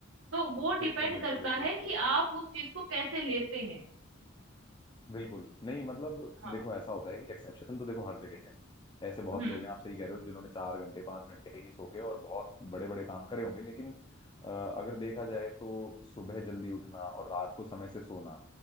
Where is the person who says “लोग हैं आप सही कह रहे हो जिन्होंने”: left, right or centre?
Left